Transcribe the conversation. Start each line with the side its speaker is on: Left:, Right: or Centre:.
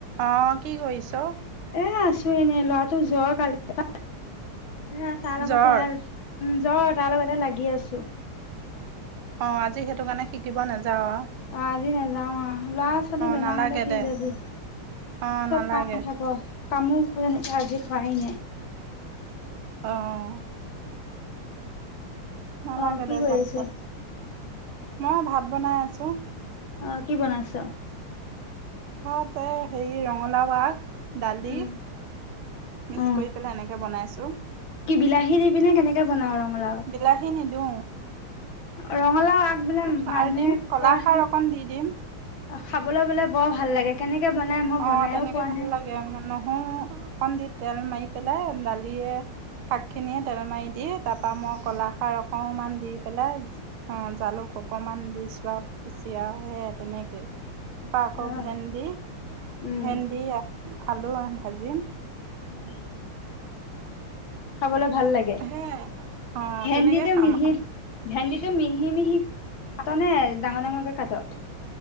Right: অ কি কৰিছ?
Left: এ আছোঁ এনেই, ল'ৰাটো জ্বৰ কালিৰ পা। এ তাৰ লগতে
Right: জ্বৰ
Left: আৰু, উম জ্বৰ তাৰ লগতে লাগি আছোঁ।
Right: অ আজি সেইটো কাৰণে শিকিব নাযাওঁ আও।
Left: অ আজি নাযাওঁ আও ল'ৰা ছোৱালী বেমাৰ
Right: নালাগে
Left: হলে কি
Right: দে
Left: যাবি,
Right: অ নালাগে
Left: চব কাম থাক। কামো কৰে সেনেকে আজি কৰাই নাই।
Right: অ অ অ নালাগে
Left: অ কি
Right: দে
Left: কৰি
Right: যাবলৈ
Left: আছে?
Right: মই ভাত বনাই আছোঁ।
Left: অ কি বনাইছ?
Right: ভাত এ হেৰি ৰঙালাও আগ দালি
Left: উম
Right: মিক্স
Left: অ
Right: কৰি পেলাই এনেকে বনাইছোঁ।
Left: কি বিলাহী দিবি নে কেনেকে বনাও ৰঙালাও
Right: বিলাহী নিদো।
Left: ৰঙালাও আগ বিলাক
Right: সাৰ
Left: মানুহে
Right: দিম কলা
Left: কয়
Right: খাৰ অকণ দি দিম
Left: অ খাবলে বোলে বৰ ভাল লাগে কেনেকে বনাই মই
Right: অ
Left: বনাইও
Right: তেনেকে
Left: পোৱা
Right: ভাল
Left: নাই।
Right: লাগে নহৰু অকণ দি তেল মাৰি পেলাই দালিয়ে শাক এনেখিনিয়ে তেল মাৰি দিয়ে, তাৰপৰা মই ক'লাখাৰ অকণমান দি পেলাই অ, জালুক অকমান দি চোৱা পিচি আৰু সেই তেনেকে। অ, আকৌ
Left: অ
Right: ভেন্দি-
Left: উম
Right: ভেন্দি আলু ভাজিম।
Left: উম। খাবলৈ ভাল লাগে।
Right: সেইয়াই, অ,
Left: ভেন্দিটো
Right: তেনেকে খাম
Left: মিহি
Right: আৰু।
Left: ভেন্দিটো মিহি- মিহি কাট নে ডাঙৰ- ডাঙৰকে কাট?